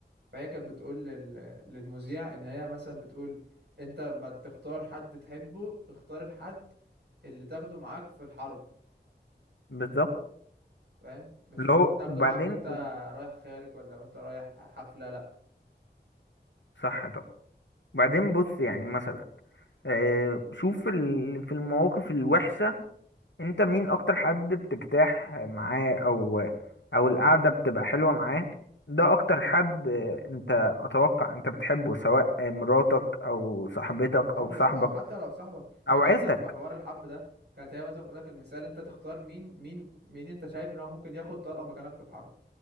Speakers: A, on the right; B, on the left.
A: فهي كانت بتقول لل... للمذيع ان هي مثلا بتقول انت ما تختار حد تحبه اختار الحد اللي تاخده معاك في الحرب
B: بالظبط
A: فاهم مش
B: لو
A: مش تاخده
B: وبعدين
A: معاك وانت رايح خارج ولا وانت رايح حفلة لا
B: صح طبعا وبعدين بص يعني مثلا آه، شوف ال- في المواقف الوحشة انت مين اكتر حد بترتاح معاه او او القعدة بتبقى حلوة معاه ده اكتر حد آه، انت اتوقع انت بتحبه سواء آه، مراتك او صاحبتك
A: اه
B: او
A: بالظبط
B: صاحبك
A: او حتى لو صاحبك
B: او
A: انت
B: عيلتك
A: مثلا في حوار الحرب ده كانت هي مثلا بتقولك المثال انت تختار مين مين مين انت شايف ان هو ممكن ياخد طلقة مكانك في الحرب